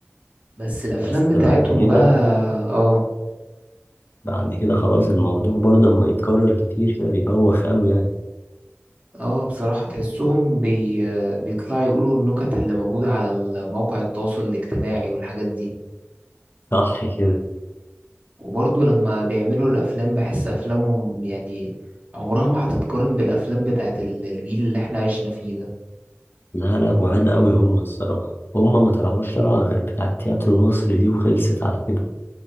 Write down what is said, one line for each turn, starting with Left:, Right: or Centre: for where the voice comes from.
Right: بس الافلام
Left: بس
Right: بتاعتهم
Left: بعد كده
Right: بقى اه
Left: بعد كده خلاص الموضوع برضه لما يتكرر كتير كده بيبوخ قوي يعني
Right: اه بصراحة تحسهم بي... بيطلعوا يقولوا النكت اللي موجودة على ال- مواقع التواصل الاجتماعي والحاجات دي
Left: صح كده
Right: وبرضه لما بيعملوا الأفلام بحس أفلامهم يعني عمرها ما هتتقارن بالأفلام بتاعت ال- الجيل اللي احنا عشنا فيه ده
Left: لا لا بعاد قوي هم الصراحة هم ما طلعوش طلعة غير بتاع التياترو مصر دي وخلصت على كده